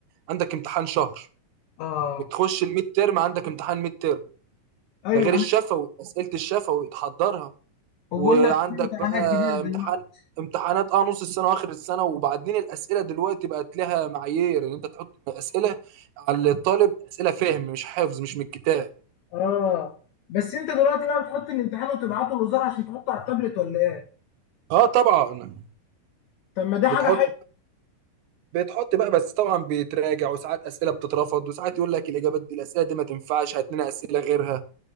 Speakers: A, on the right; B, on the left.
A: عندك امتحان شهر
B: اه
A: وتخش الميد تيرم عندك امتحان ميد تيرم
B: ايوه
A: ده غير الشفوي
B: انا
A: اسئله الشفوي تحضرها
B: وبقول
A: وعندك
B: لك في امتحانات
A: بقى
B: جديدة
A: امتحان
B: دلوقتي
A: امتحانات اه نص السنه واخر السنه وبعدين الاسئله دلوقتي بقت لها معايير ان انت تحط اسئله على الطالب اسئله فهم مش حفظ مش من الكتاب
B: اه بس انت دلوقتي بقى بتحط الامتحان وتبعته للوزارة عشان تحطه على التابلت ولا ايه؟
A: اه طبعا
B: طب ما دي حاجة
A: بتحط
B: حلوة
A: بتحط بقى بس طبعا بيتراجع وساعات اسئله بتترفض وساعات يقول لك الاجابات دي الاسئله دي ما تنفعش هات لنا اسئله غيرها